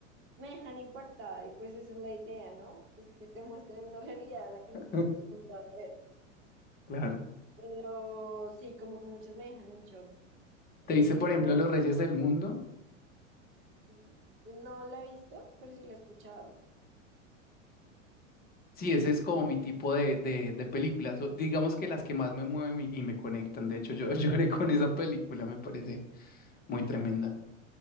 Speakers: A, on the right (about 30°); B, on the left (about 25°).
A: me dejan impactada y pues esa es la idea, ¿no? Pues que te muestren una realidad a la que no
B: <laughs>
A: estés acostumbrada a ver.
B: Claro.
A: Pero sí, como que muchas me dejan en shock.
B: Te
A: Eh,
B: dice, por ejemplo, Los Reyes del Mundo.
A: Sí, no la he visto, pero sí la he escuchado.
B: Sí, ese es como mi tipo de, de, de películas, o digamos que las que más me mueven y, y me conectan. De hecho, yo <laughs> lloré con esa película, me parece muy tremenda.